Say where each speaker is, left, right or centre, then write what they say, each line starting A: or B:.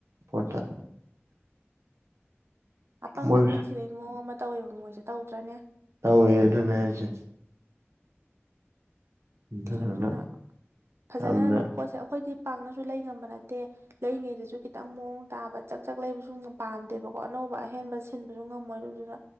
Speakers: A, on the right (about 85°); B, on the right (about 65°).
A: ꯄꯣꯠꯇ
B: ꯑꯄꯪꯕ
A: ꯃꯣꯏ
B: ꯃꯤ ꯊꯤꯕꯩ ꯃꯑꯣꯡ ꯑꯃ ꯇꯧꯋꯦꯕ ꯃꯣꯏꯁꯦ ꯇꯧꯗ꯭ꯔꯅꯦ
A: ꯇꯧꯋꯦ ꯑꯗꯨꯅꯦ ꯍꯥꯏꯁꯦ ꯑꯗꯨꯗꯨꯅ
B: ꯑꯗꯨꯅ ꯐꯖꯅ
A: ꯌꯥꯝꯅ
B: ꯄꯣꯠꯁꯦ ꯑꯩꯈꯣꯏꯗꯤ ꯄꯥꯛꯅꯁꯨ ꯂꯩ ꯉꯝꯕ ꯅꯠꯇꯦ ꯂꯩꯉꯩꯗꯁꯨ ꯈꯤꯇꯪ ꯃꯑꯣꯡ ꯇꯥꯕ ꯆꯥꯛ ꯆꯥꯛ ꯂꯩꯕꯁꯨ ꯄꯥꯝꯗꯦꯕꯀꯣ ꯑꯅꯧꯕ ꯑꯍꯦꯟꯕ ꯁꯤꯟꯕꯁꯨ ꯉꯝꯃꯣꯏ ꯑꯗꯨꯗꯨꯅ